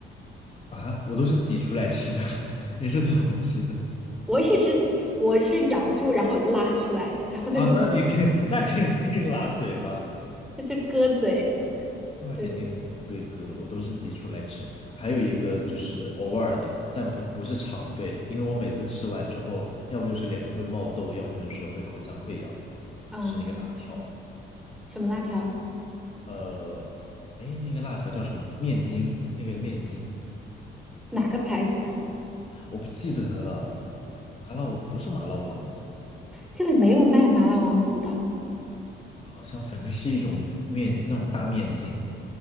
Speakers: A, on the left; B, in the centre.
A: 啊，我都是挤出来吃的，<laughs> 你是怎么吃的
B: 我也是，我是咬住然后拉出来的，然后它就
A: 啊？那你肯那肯定拉嘴巴，
B: 它就割嘴。
A: 那肯定会割，
B: 对，
A: 我都是挤出来吃。还有一个就是偶尔的，但不不是常备，因为我每次吃完之后，要不就是脸上会冒痘，要不就是会口腔溃疡，
B: 嗯，
A: 就是那个辣条。
B: 什么辣条？
A: 呃，哎，那个辣条叫什么？面筋，那个面筋，
B: 哪个牌子的？
A: 我不记得了。麻辣不是麻辣王子，
B: 这里没有卖麻辣王子的，
A: 好像反正是一种面，那种大面筋。